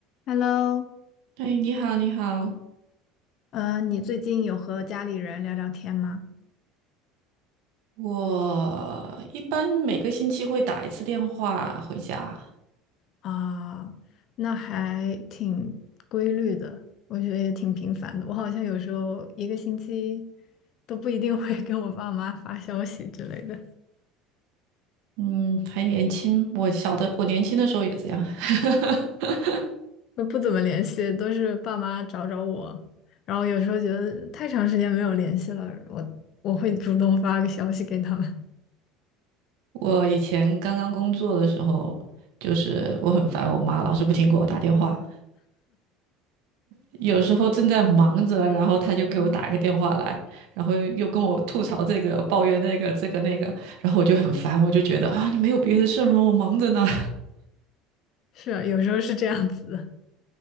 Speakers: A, on the left; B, on the right.
A: Hello，
B: 哎，你好，你好，
A: 呃，你最近有和家里人聊聊天吗？
B: 我一般每个星期会打一次电话回家。
A: 啊，那还挺规律的，我觉得也挺频繁的。我好像有时候一个星期都不一定会跟我爸妈发消息之类的，
B: 嗯，还年轻，我小的，我年轻的时候也这样。<laughs>
A: 都不怎么联系，都是爸妈找找我。然后有时候觉得太长时间没有联系了，我我会主动发个消息给他们。
B: 我以前刚刚工作的时候，就是我很烦我妈，老是不停给我打电话。有时候正在忙着，然后她就给我打个电话来，
A: 嗯，
B: 然后又跟我吐槽这个、抱怨那个、这个那个，然后我就很烦，我就觉得啊，你没有别的事儿吗？我忙着呢。
A: 是啊，有时候是这样子的。